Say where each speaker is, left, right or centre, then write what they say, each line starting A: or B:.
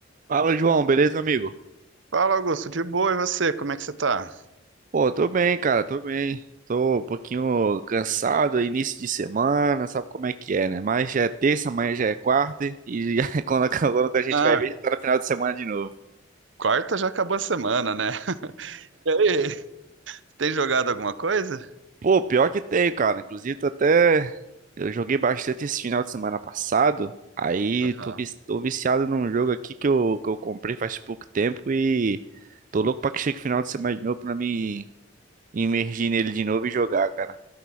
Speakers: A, on the right; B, on the right.
A: Fala, João, beleza, amigo?
B: Fala, Augusto, de boa, e você? Como é que você tá?
A: Pô, tô bem, cara, tô bem. Tô um pouquinho cansado, é início de semana, sabe como é que é, né? Mas já é terça, amanhã já é quarta e já, <laughs> quando, a- quando a gente
B: Ah,
A: vai ver, já tá no final de semana de novo.
B: quarta já acabou a semana, né? <laughs> E aí, tem jogado alguma coisa?
A: Pô, pior que tem, cara. Inclusive, tô até. Eu joguei bastante esse final de semana passado. Aí
B: Aham.
A: tô, vi- tô viciado num jogo aqui que eu, que eu comprei faz pouco tempo e tô louco pra que chegue o final de semana de novo pra me imergir nele de novo e jogar, cara.